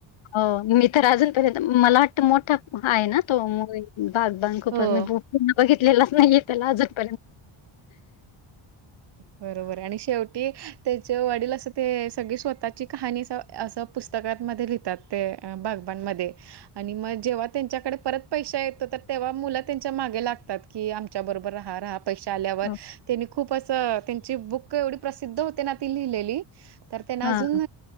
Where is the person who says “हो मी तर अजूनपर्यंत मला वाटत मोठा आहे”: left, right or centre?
Left